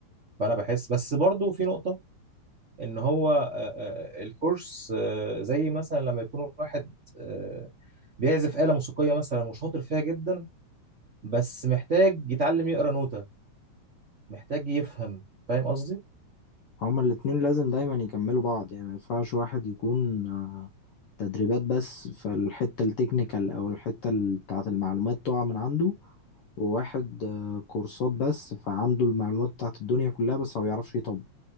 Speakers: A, on the right (about 40°); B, on the left (about 70°).
A: فانا بحس بس برضو في نقطه ان هو آه، آه، الكورس آه، زي مثلا لما يكون واحد آه، بيعزف آلة موسيقية مثلا وشاطر فيها جدا بس محتاج يتعلم يقرا نوتة محتاج يفهم فاهم قصدي
B: هما الاتنين لازم دايما يكملوا بعض يعني ما ينفعش واحد يكون آه، تدريبات بس فالحتة التكنيكال او الحتة ال- بتاعة المعلومات تقع من عنده وواحد آه، كورسات بس فعنده المعلومات بتاعة الدنيا كلها بس ما بيعرفش يطبق